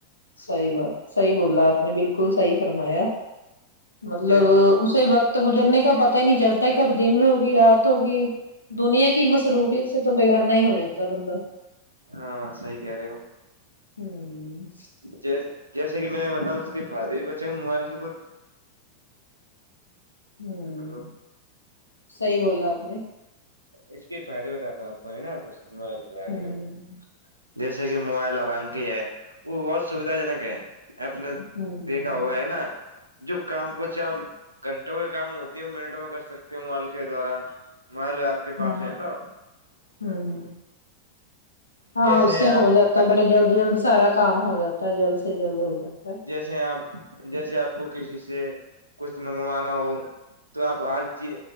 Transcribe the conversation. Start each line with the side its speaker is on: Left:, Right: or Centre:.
Left: صحی بات صحیح بولا آپ نے بالکل صحی فرمایا مطلب
Right: جی
Left: اس وقت گزرنے کا پتا ہی نہیں چلتا ہی کب دن ہوگی رات ہوگی دنیا کی مصروفی سے تو بیگانہ ہی ہو جاتا ہے بندہ
Right: ہاں صحیح کہہ رہے ہو
Left: ہوں
Right: جیس جیسے کہ میں بتاؤں اس کے فادر بھی بچے موبائل کے خود
Left: ہوں
Right: ہلو
Left: صحیح بولا آپ نے
Right: اس کے فائدے بتاتا ہوں آپ کو ہے نا موبائل کے بارے
Left: ہوں
Right: میں جیسے کہ موبائل حالانک ہے وہ بہت سویدھا جنک ہے اپ نے
Left: ہوں
Right: دیکھا ہوا ہے نا جو کام کو چ گھنٹوں کے کام ہوتی ہے منٹوں میں کر سکتے موبائیل کے دوران موبائل آپ کے
Left: ہاں
Right: پاس ہے تو
Left: ہوں ہاں
Right: جیسے
Left: اس سے
Right: آپ
Left: ہو جاتا ہے بڑے جلدی جلد سارا کام ہو جاتا ہے جلد سے جلد ہو جاتا ہے
Right: ج آپ جیسے آپ کو کسی سے کچھ منگوانا ہو تو آپ ہر چیز